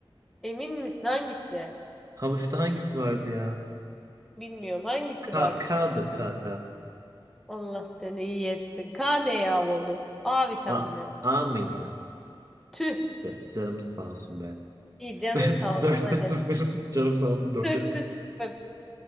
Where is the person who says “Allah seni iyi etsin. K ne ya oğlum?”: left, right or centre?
Centre